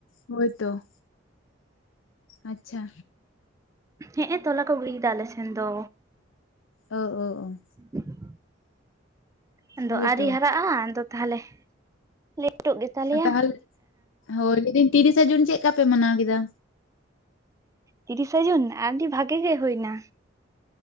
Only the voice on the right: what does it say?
ᱦᱮᱸᱜ ᱮ ᱛᱚᱞᱟ ᱠᱚ ᱜᱩᱲᱤᱭᱮᱫᱟ ᱟᱞᱮ ᱥᱮᱱ ᱫᱚ᱾
<unintelligible> ᱟᱫᱚ
ᱟᱹᱣᱨᱤ ᱦᱟᱨᱟᱜᱼᱟ ᱟᱫᱚ ᱛᱟᱦᱞᱮ᱾ ᱞᱮᱟᱹᱴᱩᱜ ᱜᱮ ᱛᱟᱞᱮᱭᱟ᱾
ᱛᱤᱨᱤᱥᱟ. ᱡᱩᱱ ᱟᱹᱰᱤ ᱵᱷᱟᱜᱮ ᱜᱮ ᱦᱩᱭᱱᱟ᱾